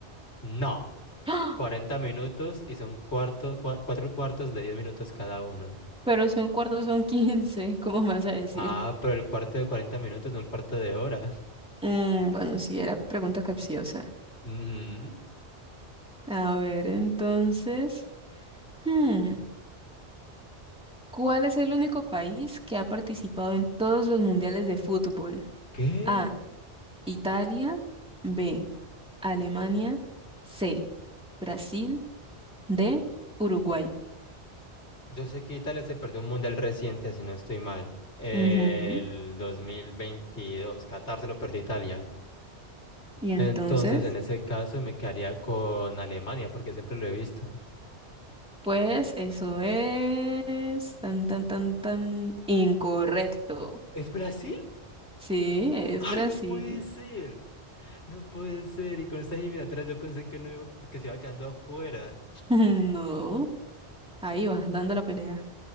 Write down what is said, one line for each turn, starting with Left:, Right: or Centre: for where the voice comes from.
Left: No,
Centre: ¡Ah!
Left: 40 minutos y son cuarto, cua- cuatro cuartos de 10 minutos cada uno.
Centre: Pero si un cuarto son <laughs> 15, ¿cómo me vas a decir?
Left: Ah, pero el cuarto de 40 minutos, no el cuarto de hora. <laughs>
Centre: Mm, bueno, sí, era pregunta capciosa.
Left: Mm,
Centre: A ver, entonces. Hmm. ¿Cuál es el único país que ha participado en todos los mundiales de fútbol?
Left: ¿Qué?
Centre: A. Italia. B. Alemania. C. Brasil. D. Uruguay.
Left: Yo sé que Italia se perdió un mundial reciente, si no estoy mal. El
Centre: Ujú.
Left: 2022. Qatar se lo perdió Italia.
Centre: Y entonces,
Left: Entonces, en ese caso, me quedaría con Alemania, porque siempre lo he visto.
Centre: pues eso es tan, tan, tan, tan incorrecto.
Left: ¿Es Brasil?
Centre: Sí, es
Left: Ay,
Centre: Brasil.
Left: no puede ser. No puede ser. Y con estas eliminatorias yo pensé que no iba- que se iba quedando afuera.
Centre: <laughs> No, ahí va, dando la pelea.